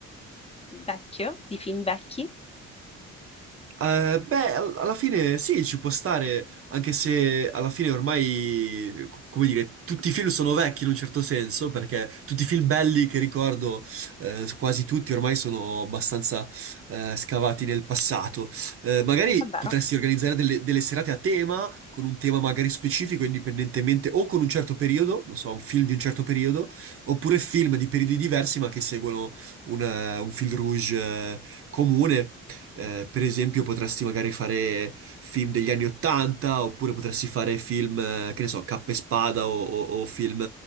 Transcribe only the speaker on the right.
Eh, beh, al- alla fine sì, ci può stare, anche se alla fine ormai, co- come dire, tutti i film sono vecchi in un certo senso, perché tutti i film belli che ricordo, eh, quasi tutti ormai sono abbastanza, eh, scavati nel passato. Eh, magari
potresti organizzare delle, delle serate a tema, con un tema magari specifico, indipendentemente, o con un certo periodo, non so, un film di un certo periodo, oppure film di periodi diversi, ma che seguono un, eh, un fil rouge, eh, comune. Eh, per esempio, potresti magari fare film degli anni Ottanta, oppure potresti fare film, eh, che ne so, Cappa e Spada o, o- o film